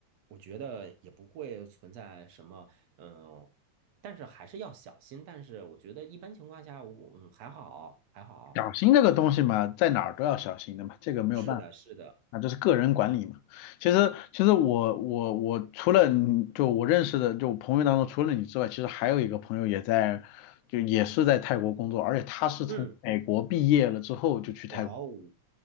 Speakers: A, on the right; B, on the left.
A: 我觉得也不会存在什么，嗯，但是还是要小心。但是我觉得一般情况下，我嗯还好，还好。
B: 小心这个东西嘛，在哪儿都要小心的嘛，这个没有办法。
A: 是的，是的，
B: 啊，这是个人管理嘛。其实，其实我我我除了你就我认识的就我朋友当中，除了你之外，其实还有一个朋友也在，就也是在泰国工作，而且他是从美国毕业了之后就去泰国。
A: 嗯，哇哦，